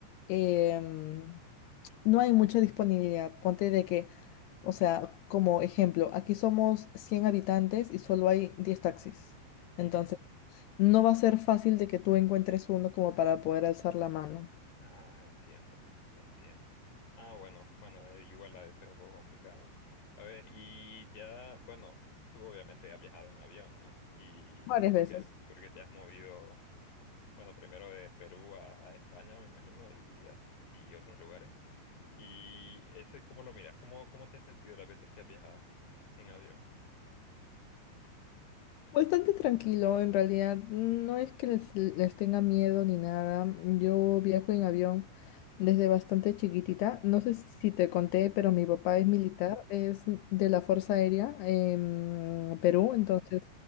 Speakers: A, on the left (about 75°); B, on the left (about 60°).
A: em, no hay mucha disponibilidad. Ponte de que, o sea, como ejemplo, aquí somos 100 habitantes y solo hay 10 taxis.
B: ujú.
A: Entonces, no va a ser fácil de que tú encuentres uno como para poder alzar la mano.
B: Ah, entiendo, entiendo. Ah, bueno, bueno, eh, igual ha de ser un poco complicado. A ver, y ya, bueno, tú obviamente has viajado en avión, ¿no? Y
A: Varias
B: porque,
A: veces.
B: porque te has movido Bueno, primero de Perú a, a España, me imagino, y, as- y otros lugares. ¿Y ese cómo lo miras? ¿Cómo, cómo te has sentido las veces que has viajado en avión?
A: Bastante tranquilo, en realidad. No es que les, les tenga miedo ni nada. Yo viajo en avión desde bastante chiquitita. No sé si te conté, pero mi papá
B: Ujú.
A: es militar, es de la Fuerza Aérea en
B: Ok.
A: Perú, entonces